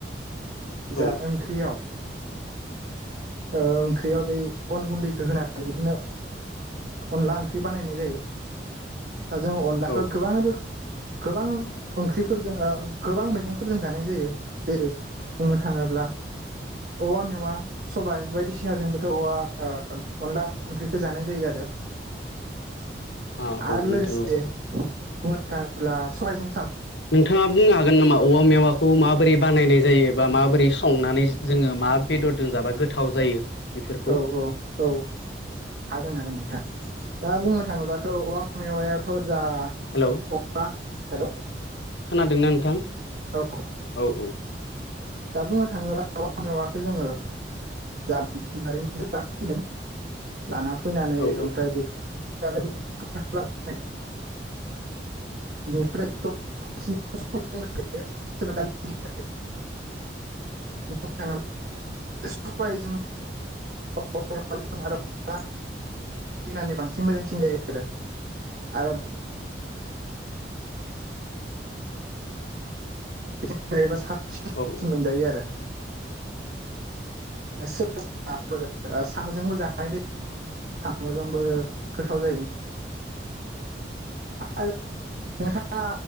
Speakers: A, on the left (about 85°); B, on the right (about 55°).
A: औ
B: जा ओंख्रियाव ओ ओंख्रियाव बे अन गुन्दैखौ होनानै बिदिनो अनला ओंख्रि बानायनाय जायो दा जोंङ अनलाखौ
A: औ
B: गोबां रोख गोबां ओंख्रिफोरजों ओ गोबां मैगंफोरजों जानाय जायो जेरै बुंनो थाङोब्ला औवा मेवा सबायाइ बायदिसिना जोंबोथ' औवा अनला ओंख्रिखौ जानाय जायो आरो
A: <inaudible> औ
B: आरो
A: नोंथां
B: लोगोसे
A: औ
B: बुंनो थाङोब्ला सहजों साम
A: नोंथाङा बुंनो हागोन नामा औवा मेवाखौ माबोरै बानायनाय जायो एबा माबोरै संनानै जोङो मा बेदरजों जाबा गोथाव जायो? बेफोरखौ
B: औ औ औ। हागोन हागोन नोंथां दा बुंनो थाङोबाथ' अ मेवायावथ' जा
A: हेलौ।
B: <unintelligible>
A: खोनादोंना नोंथां?
B: औ
A: औ औ
B: दा बुंनो थाङोब्ला मा मेवखौ जोङो <unintelligible> लाना फैनानै
A: औ
B: ओमफ्राय बेखौ <unintelligible> <unintelligible> <unintelligible> होनानै बांसिन मोजांसिन जायो आरो आरो <unintelligible> बेजों जायोबा साबसिन मोनजांसिन
A: औ
B: मोनजायो आरो दा सोरबा सोरबा सामजोंबो जानाय जायो। साम'जोंबो गोथाव जायो। आरो नोंथाङा